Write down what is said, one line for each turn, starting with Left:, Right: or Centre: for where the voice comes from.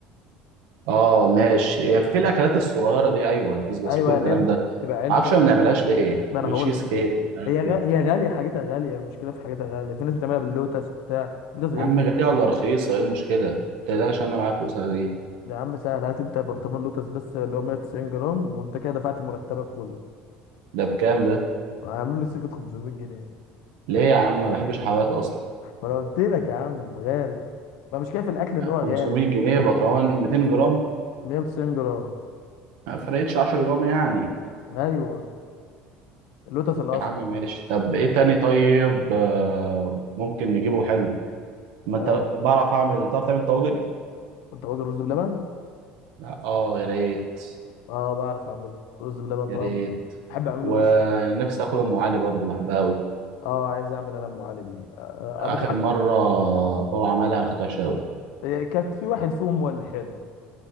Right: اه ماشي هي في الأكلات الصغيرة دي أيوة البيس بسيط
Left: ايوه
Right: والكلام
Left: لا
Right: ده
Left: بتبقى علبه
Right: معرفش
Left: طبعا
Right: ما بنعملهاش ليه
Left: ما انا
Right: وتشيز
Left: هقول لك
Right: كيك مش عارف
Left: هي
Right: إيه
Left: غ... هي غاليه حاجتها غاليه المشكله في حاجتها غاليه في ناس بتعملها باللوتس وبتاع اللوتس غالي
Right: يا عم غالية ولا رخيصة إيه المشكلة؟ متقلقش أنا معايا فلوس هجيب
Left: يا عم سهل هات انت برطمان لوتس بس اللي هو 190 جرام وانت كده دفعت مرتبك كله
Right: ده بكام ده؟
Left: هعمل له سكه 500 جنيه
Right: ليه يا عم ما بحبش الحلويات أصلا
Left: ما انا قلت لك يا عم غالي ما مش كده في الاكل ان هو غالي
Right: 500 جنيه بطرمان 200 جرام
Left: 190 جرام
Right: ما فرقتش 10 جرام يعني
Left: ايوه اللوتس الاصلي
Right: يا عم ماشي طب ايه تاني طيب آه، ممكن نجيبه حلو ما انت
Left: آه
Right: بعرف اعمل تعرف تعمل طواجن
Left: انت واجد رز بلبن
Right: لا اه يا ريت
Left: اه بعرف اعمله رز بلبن
Right: يا
Left: طبعا
Right: ريت
Left: بحب اعمله
Right: ونفسي
Left: وش
Right: اكل ام علي برضو بحبها قوي
Left: اه عايز اعمل انا ام علي دي آه
Right: اخر
Left: ابوك ع...
Right: مره بابا عملها كانت وحشه قوي
Left: آه، كانت في واحد فيهم هو اللي حلو